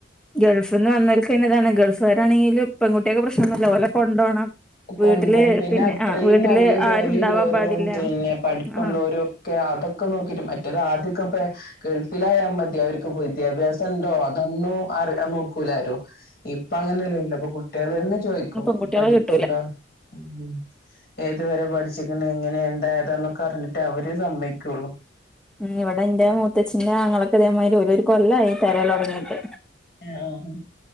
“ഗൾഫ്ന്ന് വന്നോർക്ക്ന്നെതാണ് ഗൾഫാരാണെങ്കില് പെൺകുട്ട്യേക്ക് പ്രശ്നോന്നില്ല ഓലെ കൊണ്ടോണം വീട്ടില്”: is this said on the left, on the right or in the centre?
Centre